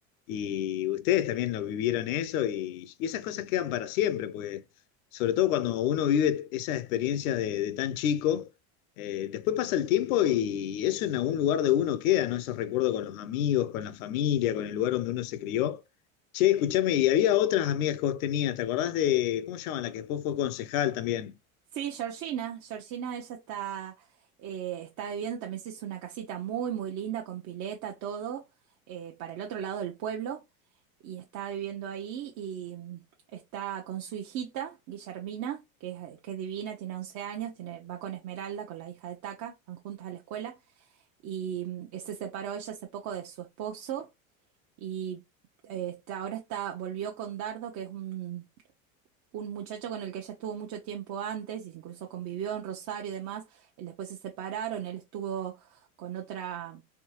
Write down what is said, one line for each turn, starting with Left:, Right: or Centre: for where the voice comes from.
Left: Y ustedes también lo vivieron eso y, y esas cosas quedan para siempre, pues sobre todo cuando uno vive esas experiencias de de tan chico eh, después pasa el tiempo y eso en algún lugar de uno queda, ¿no? Ese recuerdo con los amigos, con la familia, con el lugar donde uno se crió. Che, escuchame, y había otras amigas que vos tenías, ¿te acordás de, ¿cómo se llaman? La que después fue concejal también.
Right: Sí, Georgina, Georgina, ella está, eh, está viviendo, también se hizo una casita muy, muy linda, con pileta, todo, eh, para el otro lado del pueblo, y está viviendo ahí y mm, está con su hijita, Guillermina, que es, que es divina, tiene 11 años, tiene, va con Esmeralda, con la hija de Taca, van juntas a la escuela, y mm, se separó ella hace poco de su esposo, y eh, está- ahora está, volvió con Dardo, que es un un muchacho con el que ella estuvo mucho tiempo antes, y incluso convivió en Rosario y demás, él después se separaron, él estuvo con otra,